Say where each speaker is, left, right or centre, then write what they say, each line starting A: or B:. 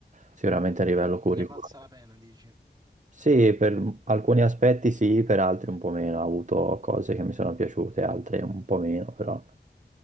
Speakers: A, on the right; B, on the right.
A: sicuramente a livello curriculare.
B: Ne è valsa la pena, dici. Ho
A: Sì, per alcuni aspetti sì, per altri un po' meno. Ho avuto cose che mi sono piaciute, altre un po' meno, però,